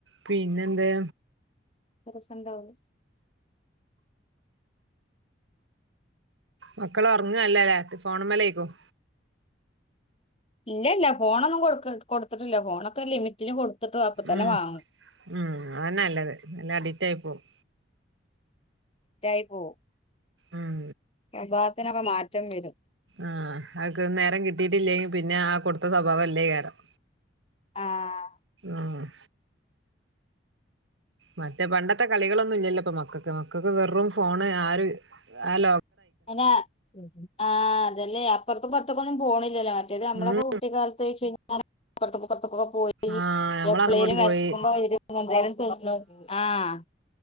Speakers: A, on the right (about 80°); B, on the left (about 30°).
A: പിന്നെന്തേ
B: <unintelligible>
A: മക്കള് ഉറങ്ങുവാല്ലല്ലേ ഫോണ് മ്മേലാര്ക്കും
B: ഇല്ല ഇല്ല ഫോണൊന്നും കൊടു കൊടുത്തിട്ടില്ല ഫോണൊക്കെ ലിമിറ്റിന് കൊടുത്തിട്ട് അപ്പ തന്നെ
A: ഉം
B: വാങ്ങും
A: ഉം അതന്നെ നല്ലത് അല്ലേ അഡിക്റ്റ് ആയി പോകും
B: റ്റായി പോകും
A: ഉം
B: സ്വഭാവത്തിനൊക്കെ മാറ്റം വരും
A: ആഹ് അതക്കെ നേരം കിട്ടിയിട്ടില്ലെങ്കിൽ പിന്നെ ആ കൊടുത്ത സ്വഭാവം അല്ലേ കാരം
B: ആഹ്
A: ആഹ് മറ്റേ പണ്ടത്തെ കളികളൊന്നും ഇല്ലല്ലോപ്പൊ മക്കൾക്ക് മക്കൾക്ക് വെറും ഫോണ് ആ ഒരു ആ ലോ
B: അനാ ആഹ് അതന്നെ അപ്പ്റത്ത് ഇപ്പത്തേക്ക് ഒന്നും പോണില്ലല്ലേ മ റ്റേത് നമ്മളൊക്കെ
A: ഉം
B: കുട്ടിക്കാലത്ത്ച്ച് കഴിഞ്ഞാ <inaudible> പ്പ്റത്തേക്കൊക്കെ പോയി
A: ആഹ് നമ്മള്
B: എപ്പളേലും
A: അങ്ങോട്ട്
B: വിശക്കുമ്പോ
A: പോയി
B: വരും എന്തേലും തീന്നു ആഹ്